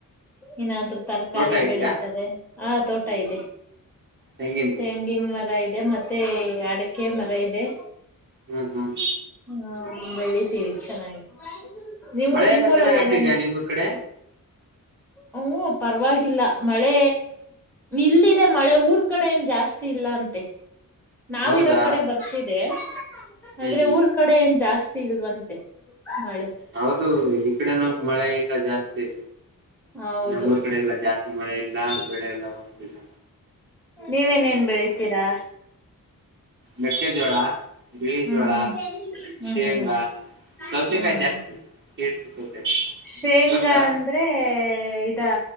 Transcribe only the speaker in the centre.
ಇನ್ನಾದ್ರೂ ತರಕಾರಿ
ಬೆಳಿತಾರೆ. ಹಾ ತೋಟ ಇದೆ.
ತೆಂಗಿನಮರ ಇದೆ ಮತ್ತೆ ಅಡಿಕೆ ಮರ ಇದೆ.
ಹಾ ಬೆಳಿತೀವಿ ಚೆನ್ನಾಗಿ ನೀವು
ನಿಮ್ಮೂರಲ್ಲಿ
ಏನೇನ್
ಹ್ಮ್ ಪರವಾಗಿಲ್ಲ ಮಳೆ ಇಲ್ಲಿದೆ ಮಳೆ ಊರ್ ರ್ ಕಡೆ ಏನ್ ಜಾಸ್ತಿ ಇಲ್ಲಾ ಅಂತೆ. ನಾವ್
ಇರೋ ಕಡೆ ಬರ್ತಿದೇ
ಆದ್ರೆ
ಊರ್ ರ್ ಕಡೆ ಏನ್ ಜಾಸ್ತಿ ಇಲ್ವಂತೆ ಮಳೆ.
ಹೌದು
ನೀವೇನ್ ಏನ್ ಬೆಳಿತೀರಾ.
ಹ್ಮ್
ಹ್ಮ್ ಹ್ಮ್
ಹ್ಮ್ ಹ್ಮ್
ಹ್ಮ್
ಶೇಂಗಾ
ಅಂದ್ರೆ ಇದಾ